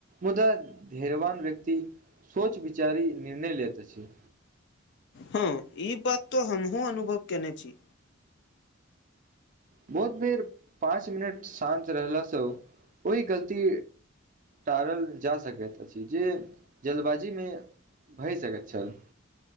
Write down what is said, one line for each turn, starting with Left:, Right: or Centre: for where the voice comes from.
Right: मुदा धैर्यवान व्यक्ति सोच विचारी निर्णय लेैत छी
Left: हँ ई बात तऽ हमहुँ अनुभव कने छी
Right: बहुत बेर पाँच मिनट शान्त रहलासँ ओहि गलती टारल जा सकैत अछि जे जल्बाजीमे भए सकैत छल